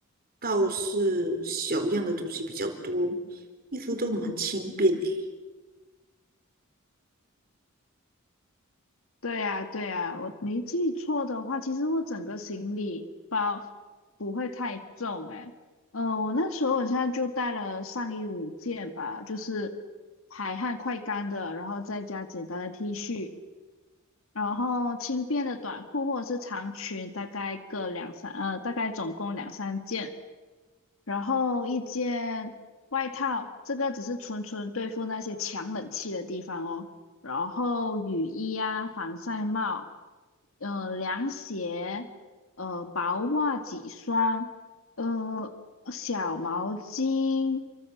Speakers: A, on the right (about 45°); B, on the left (about 65°).
A: 倒是小样的东西比较多，衣服都蛮轻便诶。
B: 对呀，对呀，我没记错的话，其实我整个行李包不会太重诶。呃，我那时候我现在就带了上衣五件吧，就是排汗快干的，然后再加简单的 T 恤，然后轻便的短裤或者是长裙，大概各两三呃，大概总共两三件，然后一件外套，这个只是纯纯对付那些强冷气的地方哦。然后雨衣啊，防晒帽，呃，凉鞋，呃，薄袜几双，呃，小毛巾，